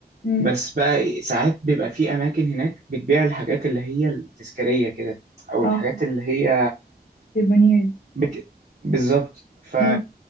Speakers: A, on the left (about 70°); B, on the right (about 65°).
A: امم
B: بس بقى إيه، ساعات بيبقى في اماكن هناك بتبيع الحاجات اللي هي التذكاريه كده او
A: اه
B: الحاجات اللي هي
A: سيفونيرز
B: بت... بالظبط ف
A: امم